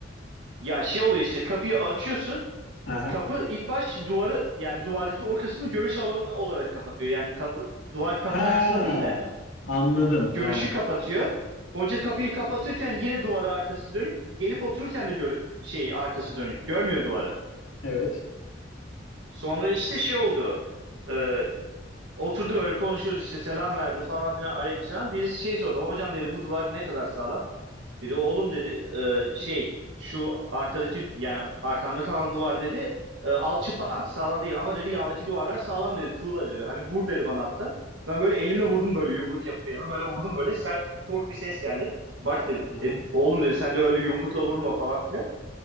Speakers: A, on the right; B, on the left.
A: Ya şey oluyor işte kapıyı açıyorsun.
B: Aha.
A: kapı ilk baş duvarı yani duvardaki o kısmı görüş alanı olarak kapatıyor. Yani kapı, duvar kapının
B: Ha.
A: arkasında değil de
B: Anladım.
A: görüşü
B: Tamam.
A: kapatıyor. Hoca kapıyı kapatırken yine duvara arkası dönük. Gelip otururken de gör, şey arkası dönük. Görmüyor duvarı.
B: Evet.
A: Sonra işte şey oldu. Ee, oturdu böyle konuşuyoruz işte selam verdi falan filan aleykümselam. Birisi şey sordu. Hocam dedi bu duvar ne kadar sağlam? Dedi oğlum dedi e, şey şu arkadaki yani arkamda tamam duvar dedi. E, alçıpan sağlam değil ama dedi yandaki duvarlar sağlam dedi. Tuğla dedi. Hani vur dedi bana hatta. Ben böyle elimle vurdum böyle yumruk yapıp elimi böyle vurdum böyle sert tok bir ses geldi. Bak dedi
B: Aha.
A: "E, oğlum dedi sen de öyle yumrukla vurma falan filan.